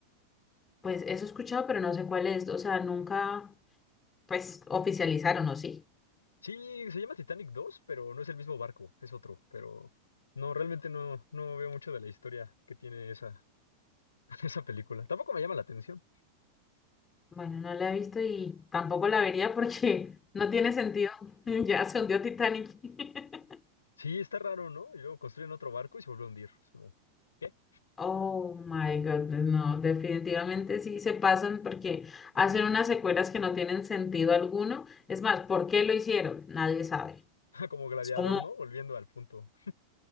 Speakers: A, on the left; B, on the left.
A: Pues eso he escuchado, pero no sé cuál es. O sea, nunca. pues oficializaron, ¿o sí?
B: Sí, se llama Titanic 2, pero no es el mismo barco, es otro, pero no, realmente no, no veo mucho de la historia que tiene esa, <laughs> esa película. Tampoco me llama la atención.
A: Bueno, no la he visto y tampoco la vería porque <laughs> no tiene sentido. <laughs> Ya se hundió Titanic. <laughs>
B: Sí, está raro, ¿no? Y luego construyen otro barco y se vuelve a hundir. Es como, ¿qué?
A: Oh my God, no, definitivamente sí se pasan porque hacen unas secuelas que no tienen sentido alguno. Es más, ¿por qué lo hicieron? Nadie sabe.
B: <laughs> Como gladiador,
A: Es como,
B: ¿no? Volviendo al punto.